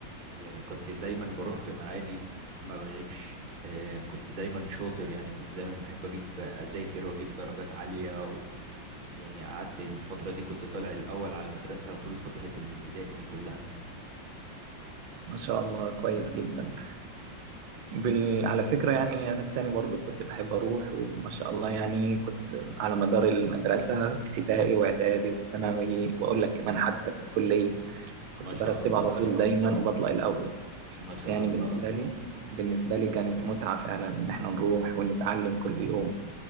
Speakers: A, on the right; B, on the right.
A: يعني كنت دايما بروح في معادي ما بغيبش آه، كنت دايما شاطر يعني كنت دايما بحب اجيب اذاكر واجيب درجات عالية و يعني قعدت الفترة دي كنت طالع الاول على المدرسة طول فترة الابتدائي دي كلها
B: ما شاء الله كويس جدا بال... على فكرة يعني أنا التاني برضو كنت بحب أروح وما شاء الله يعني كنت على مدار المدرسة ابتدائي وإعدادي وثانوي وأقول لك كمان حتى في الكلية كنت
A: ما شاء
B: برتب
A: الله
B: على طول دايما وبطلع الأول
A: ما شاء
B: يعني
A: الله
B: بالنسبة لي بالنسبة لي كانت متعة فعلا إن إحنا نروح ونتعلم كل يوم